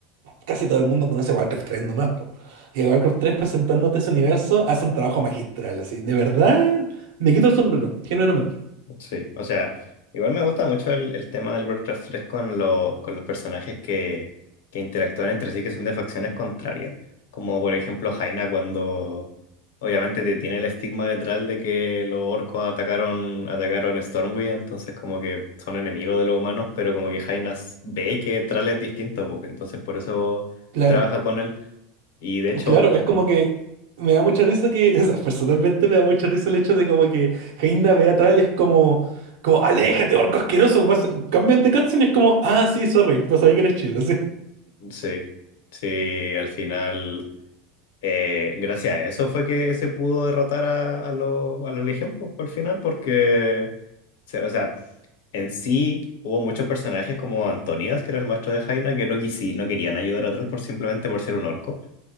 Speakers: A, on the right; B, on the left.
A: casi todo el mundo conoce Warcraft 3 nomás, po. Y el Warcraft tres presentándote ese universo hace un trabajo magistral, así. De verdad, me quito el sombrero, genuinamente.
B: Sí, o sea, igual me gusta mucho el, el tema del Warcraft 3 con, lo- con los personajes que, que interactúan entre sí, que son de facciones contrarias, como por ejemplo Jaina cuando obviamente te tiene el estigma detrás de que los orcos atacaron, atacaron Stormwind, entonces como que son enemigos de los humanos, pero como que Jaina s- ve que Thrall es distinto, pues, entonces por eso
A: Claro,
B: trabaja con él y de hecho,
A: claro, es como que me da mucha risa que, <laughs> o sea, personalmente me da mucha risa el hecho de como que Jaina ve a Thrall y es como, como, aléjate, orco asqueroso, vas- cambian de cutscene y es como, ah, sí, sorry, no sabía que eres chill,
B: sí, sí, al final... eh, gracias a eso fue que se pudo derrotar a, a, los- a la Legión po, al final, porque, se- o sea, en sí hubo muchos personajes como Antonidas, que era el maestro de Jaina, que no, quisi- no querían ayudar a Troll por simplemente por ser un orco.